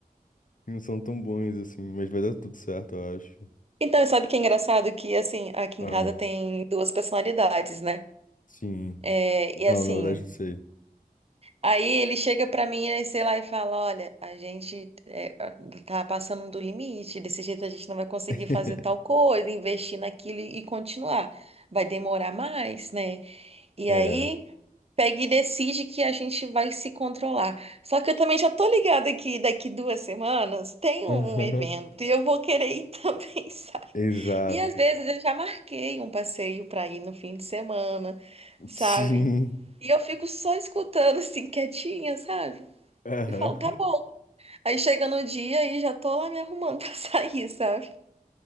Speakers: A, on the left (about 60°); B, on the right (about 40°).
A: que Não são tão bons assim, mas vai dar tudo certo, eu acho.
B: Então, sabe o que é engraçado? Que, assim, aqui
A: Ah,
B: em casa tem duas personalidades, né?
A: sim.
B: É,
A: Não,
B: e assim,
A: na verdade, não sei.
B: aí ele chega pra mim, né, sei lá, e fala: Olha, a gente é, tá passando do limite, desse jeito a gente não vai conseguir
A: <laughs>
B: fazer tal coisa, investir naquilo e continuar. Vai demorar mais, né? E
A: É.
B: aí pega e decide que a gente vai se controlar. Só que eu também já tô <laughs> ligada que daqui duas semanas tem
A: Aham.
B: um evento e eu vou querer ir também, <laughs> sabe?
A: Exato.
B: E às vezes eu já marquei um passeio para ir no fim de semana, sabe?
A: Sim.
B: E eu fico só escutando assim, quietinha, sabe?
A: Aham.
B: E falo, tá bom. Aí chega no dia e já tô lá me arrumando <laughs> pra sair, sabe?